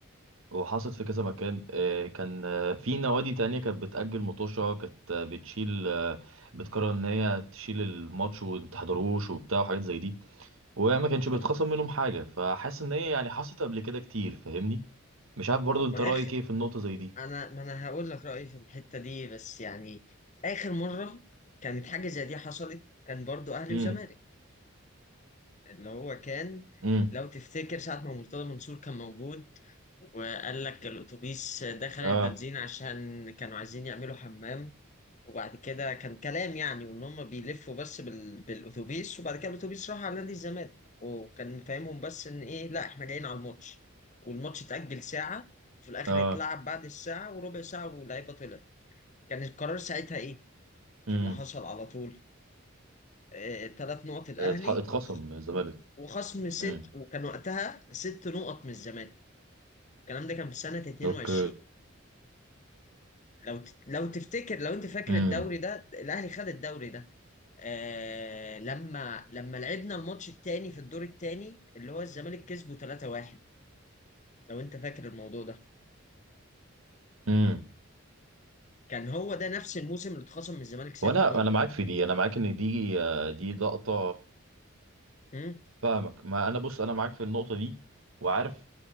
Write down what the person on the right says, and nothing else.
وحصلت في كذا مكان آه، كان آه، في نوادي تانية كانت بتأجل مطوشة كانت آه، بتشيل آه، بتقرر إن هي تشيل الماتش ومتحضروش وبتاع وحاجات زي دي وما كانش بيتخصم
منهم حاجة فحاسس إن هي يعني حصلت قبل كده كتير فاهمني مش عارف برضو
أنت
رأيك
إيه في النقطة زي دي
امم
امم
اه
اه
امم
اتح- اتخصم من الزمالك
امم
اوكي
امم
امم
وانا
انا معاك في دي انا معاك ان دي آه، دي لقطه
فاهمك ما انا بص انا معاك في النقطه دي وعارف